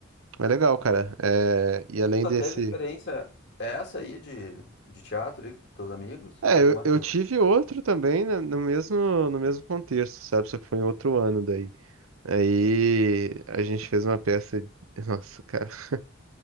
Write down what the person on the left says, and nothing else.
Tu
teve experiência essa aí de, de teatro aí com teus amigos?
Nunca
mais
fez.
<laughs>